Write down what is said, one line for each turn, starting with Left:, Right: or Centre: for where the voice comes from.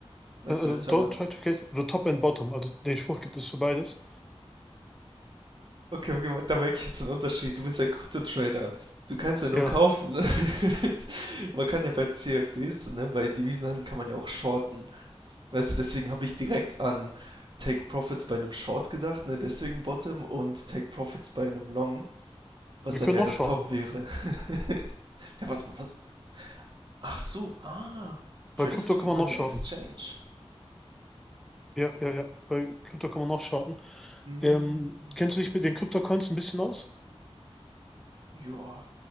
Right: Weißt
Centre: Äh, Also,
Right: du, dass
Centre: don't
Right: wenn man
Centre: try to catch the top and bottom. Also, den Spruch gibt es für beides.
Right: Okay, okay, da merke ich jetzt einen Unterschied. Du bist ja Krypto-Trader. Du kannst ja nur
Centre: Ja,
Right: kaufen. ne? <laughs> Man kann ja bei CFDs, ne, bei Devisenhandel kann man ja auch shorten. Weißt du, deswegen habe ich direkt an Take Profits bei einem Short gedacht, ne, deswegen Bottom und Take Profits bei einem Long, was
Centre: wir
Right: dann
Centre: können
Right: ja
Centre: noch
Right: das
Centre: shorten.
Right: Top wäre. <laughs> Ja, warte mal, was? Ach so, ah,
Centre: Bei
Right: tradest
Centre: Krypto
Right: du
Centre: kann
Right: über
Centre: man noch
Right: eine
Centre: shorten.
Right: Exchange?
Centre: Ja, ja, ja. Bei Krypto kann man noch shorten.
Right: Hm,
Centre: Ähm, kennst du dich mit den krypto ein bisschen aus?
Right: ja,